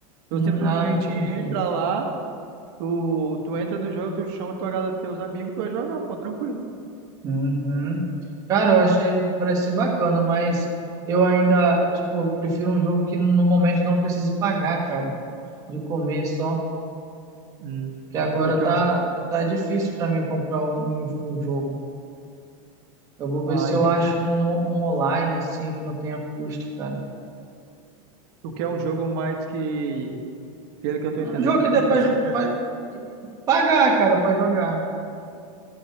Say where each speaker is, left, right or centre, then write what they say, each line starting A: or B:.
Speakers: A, on the right; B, on the right.
A: Tu
B: Hum,
A: simplesmente
B: ah, entendi.
A: entra lá, tu, tu entra no jogo, tu chama tua galera, teus amigos e tu vai jogar, pô, tranquilo.
B: Uhum. Cara, eu achei, parece ser bacana, mas eu ainda, tipo, prefiro um jogo que no momento não precise pagar, cara, de comer só,
A: Hum,
B: que agora
A: tu quer
B: tá,
A: um jogo?
B: tá difícil pra mim comprar um, um, um jogo. Eu vou ver
A: Ah,
B: se
A: entendi.
B: eu acho um, um online, assim, que não tenha custo, cara.
A: Tu quer um jogo mais que, pelo que eu tô
B: Um
A: entendendo,
B: jogo que
A: que
B: dê
A: não precisa
B: pra, jo-
A: gastar.
B: pra pagar, cara, pra jogar.